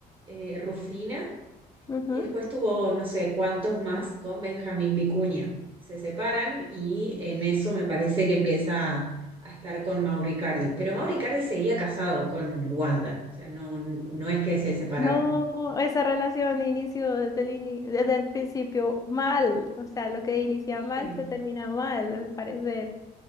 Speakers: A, on the right; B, on the left.
A: eh, Rufina.
B: Ujú.
A: Y después tuvo no sé cuántos más con Benjamín Vicuña. Se separan y en eso me parece que empieza a, a estar con Mauricardi. Pero Mauricardi seguía casado con Wanda, o sea, no, no es que se separaron.
B: No, esa relación inició desde el ini- desde el principio mal. O sea, lo que inicia
A: Sí,
B: mal se termina mal, al parecer.